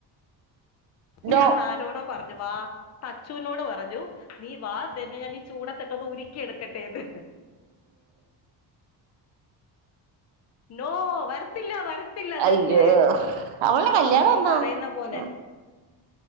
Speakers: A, on the right; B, on the left.
A: ഡോ
B: ഞാൻ ആരോടോ. പറഞ്.. വാ അച്ചുനോട് പറഞ്ഞു നീ വാ. നിന്നെ ഞാനീ. ചൂടത്തിട്ടന്ന് ഉരുക്കി എടുക്കട്ടെന്ന്... നോ. വരത്തില്ല വരത്ത്.. പ്പില്ലതന്റെ.
A: അയ്യോ അവളുടെ
B: ആഹ്
A: കല്യാണം
B: മോം.
A: എന്നാ
B: പറയുന്ന പോലെ..
A: ആ